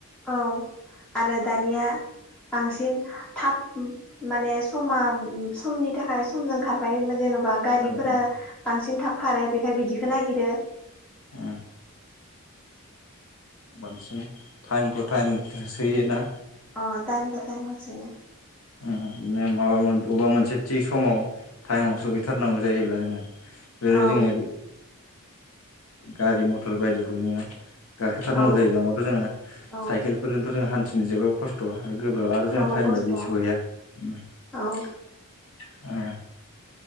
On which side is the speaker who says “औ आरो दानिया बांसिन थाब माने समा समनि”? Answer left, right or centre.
Centre